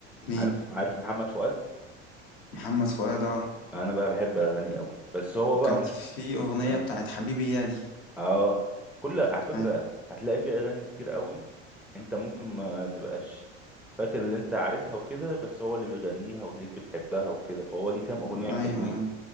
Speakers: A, on the left; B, in the centre.
A: مين؟
B: عارف عارف محمد فؤاد
A: محمد فؤاد اه
B: أنا بقى بحب أغانيه أوي بس هو بقى
A: كان
B: مش
A: في أغنية
B: آه
A: بتاعت حبيبي يا دي
B: آه. كل على فكرة
A: ايوه
B: هتلاقي فيه أغاني كتير أوي أنت ممكن ما تبقاش فاكر اللي أنت عارفها وكده بس هو اللي بيغنيها وتلاقيك بتحبها وكده فهو ليه كام أغنية
A: ايوه
B: حلوين
A: ايوه